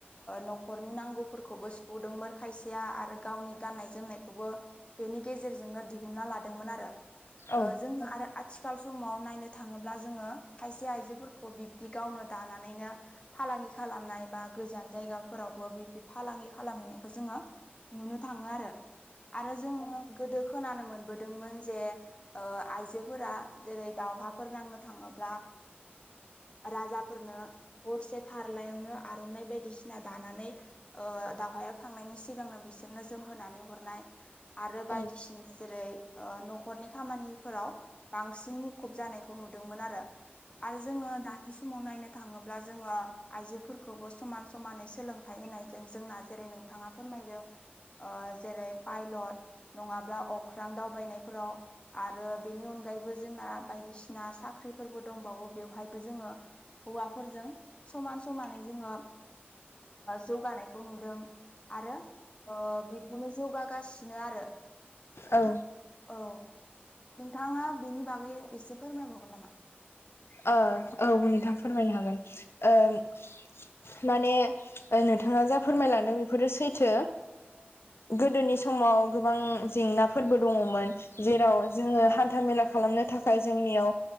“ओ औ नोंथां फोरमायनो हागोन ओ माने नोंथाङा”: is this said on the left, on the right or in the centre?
Left